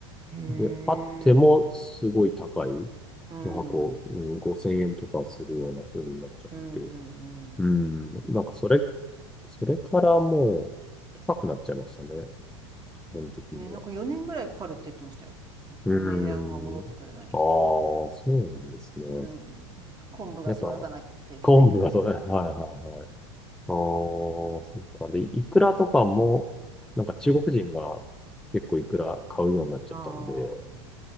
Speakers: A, on the right; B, in the centre.
A: うんへえ。
B: で、あってもすごい高い。
A: うん。
B: 一箱、うん、5000円とかするような風になっちゃって。
A: うんうんうん
B: うん。なんかそれ、それからもう高くなっちゃいましたね。基本的には。
A: うんね、なんか4年ぐらいかかるって言ってましたよ。
B: うーん。
A: 値段が戻ってくるのに。
B: ああ、そうなんですね。
A: うん。昆布が育たないといけないから。
B: やっぱ、昆布がそう、はいはいはい。ああ、そっか。で、イクラとかも、なんか中国人が結構イクラ買うようになっちゃったんで、
A: ああ。